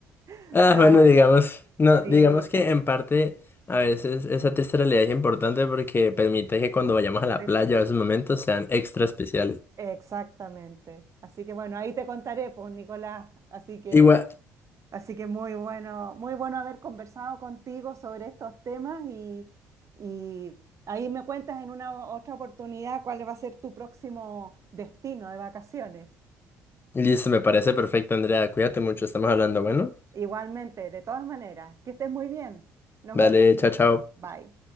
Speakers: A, on the right; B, on the left.
A: <laughs>
B: Ah,
A: Pero
B: bueno,
A: bueno,
B: digamos, no,
A: sí,
B: digamos que
A: pues,
B: en parte a veces esa triste realidad es importante porque permite que cuando vayamos a la
A: e-
B: playa o esos momentos sean extra especiales.
A: exactamente. Así que bueno, ahí te contaré, pues, Nicolás. Así que
B: Igual,
A: Así que muy bueno, muy bueno haber conversado contigo sobre estos temas y, y ahí me cuentas en una otra oportunidad cuál va a ser tu próximo destino de vacaciones.
B: listo, me parece perfecto, Andrea. Cuídate mucho, estamos hablando, bueno.
A: Igualmente, de todas maneras, que estés muy bien. Nos
B: Vale,
A: vemos.
B: chao, chao.
A: Bye.